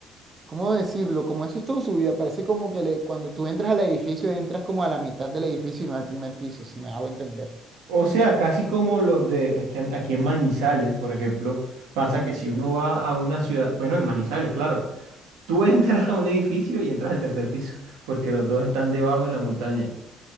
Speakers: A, on the right; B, on the right.
A: ¿cómo decirlo? Como eso es todo subida. Parece como que le- cuando tú entras al edificio, entras como a la mitad del edificio y no al primer piso, si me hago entender.
B: O sea, casi como los de, es que a- aquí en Manizales, por ejemplo, pasa
A: Ujú.
B: que si uno va a una ciudad, bueno, en Manizales, claro, tú <laughs> entras a un edificio y entras al tercer piso, porque los dos están debajo en la montaña.